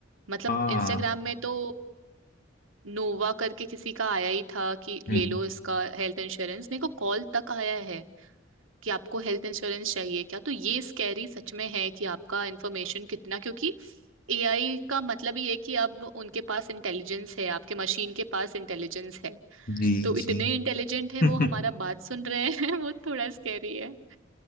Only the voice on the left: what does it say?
हाँ
हम्म,
जी
जी
<laughs>